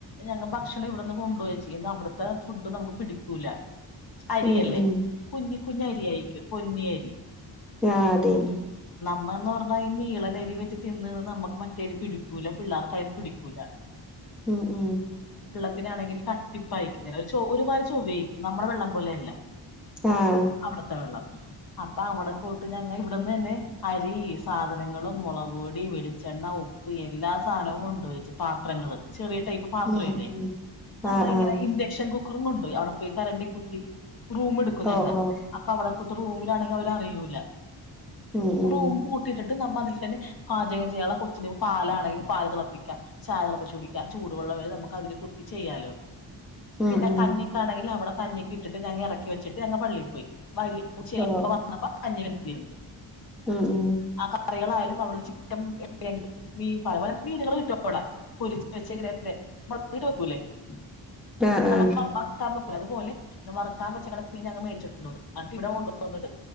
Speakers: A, on the left; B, in the centre.
A: ഞങ്ങള് ഭക്ഷണം ഇവിടെന്ന് കൊണ്ട് പോയിര്ന്നു അവിടുത്തെ ഫുഡ് നമുക്ക് പിടിക്കൂല അരിയല്ലേ
B: ഉം ഉം
A: കുഞ്ഞി കുഞ്ഞ അരിയായിരിക്കും പൊന്നിയരി ഉ
B: ആ അതേന്നെ
A: എന്ന് പറഞ്ഞാ ഈ നീളനരി വെച്ച് തിന്ന്ന്ന് നമുക്ക് മറ്റേരി പിടിക്കൂല പിള്ളേർക്ക പിടിക്കൂല
B: ആഹ് ആ
A: ത്തിനാണെങ്കിൽ കട്ടിപ്പ അയക്കു ഒരു ചൊ ഒരുപാട് ചൊവായിരിക്കും നമ്മുടെ വെള്ളം പോലെ അല്ല
B: ആഹ്
A: അവിടുത്തെ വെള്ളം അപ്പൊ അവിടെ പോയിട്ട് ഞങ്ങ ഇവിടന്ന് തന്നെ അരി സാധനങ്ങളും മുളക് പൊടി വെളിച്ചെണ്ണ ഉപ്പ് എല്ലാ സാധനവും കൊണ്ട് കൊണ്ട് വെച്ച് പാത്രങ്ങള് ചെറിയ ടൈപ്പ് പാത്രമില്ലേ
B: ഉം ഉം
A: നമ്മ
B: ആഹ്
A: ഇങ്ങനെ
B: ആഹ്
A: ഇൻഡക്ഷൻ കു ക്കാറും കൊണ്ടോയി അവിടെ പോയി കരണ്ടി കുത്തി റൂം എടുക്കും
B: ഓ
A: ഞങ്ങ
B: ഓ
A: അപ്പൊ അവിടെ ഇപ്പോടത്തെ റൂമിലാണെങ്കിൽ അവര് അറിയൂല്ല
B: ഉം
A: ഒരു
B: ഉം
A: ഉമ്പ് കൂട്ടിട്ടിട്ട് നമ്മ തി ന്നെ പാചകം ചെയ്യാനുള്ള കൊച്ചിന് പാലാണെങ്കി പാൽ തിളപ്പിക്കും സാധനപ്പ ചുടിക്ക ചൂടുവെള്ളവരെ നമുക്ക് അതില് കുത്തി ചെയ്യാലോ
B: ഉം
A: പിന്നെ
B: ഉം
A: കഞ്ഞിക്കാണെങ്കിൽ അവിടെ കഞ്ഞിക്ക് ഇട്ടിട്ട് ഞങ്ങ എറക്കി വെചിട്ട് ഞങ്ങ പള്ളിൽ പോയി വൈകി <unintelligible>
B: ഓ
A: വന്നപ്പ <inaudible> നിയം
B: ഉം ഉം
A: ആ കറികളായാലും <unintelligible> ചിക്കൻ <inaudible> മീൻ പല പല മീനുകൾ കിട്ടും <unintelligible> പൊരിച്ച വെച്ചങ്ങനെ മ്മള് വീട് വെക്കൂല്ലേ <inaudible>
B: ആഹ് ആഹ്
A: അത് വെക്കൂല അത് പോലെ നമ്മൾ അറുക്കാൻ വെച്ചേക്കണ മീൻ ഞങ്ങ മേടിച്ചോണ്ട് വന്നത് അത് ഇവിടെ കൊണ്ട് വന്നിട്ട്